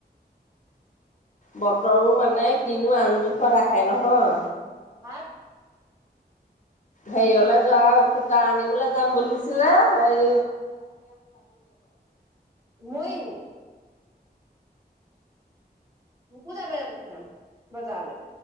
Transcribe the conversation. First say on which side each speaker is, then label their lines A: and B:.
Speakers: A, on the left; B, on the right.
A: বতৰো
B: তাৰপা
A: মানে কিনো আনজোখ। আহে নহয়।
B: ভাত।
A: হেৰিয়লে যোৱা সূতা আনিবলে যাম বুলিছিলে হেই।
B: মইয়ো। মোকো যাবলে কৈছিলে বজাৰলে।